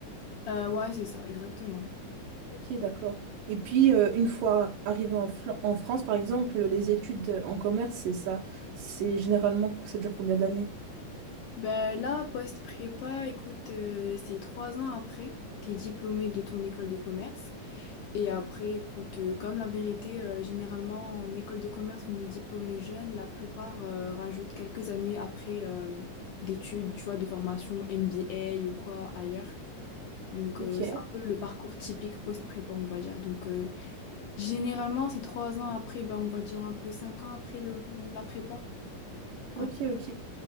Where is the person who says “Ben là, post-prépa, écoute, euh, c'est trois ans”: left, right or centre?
Left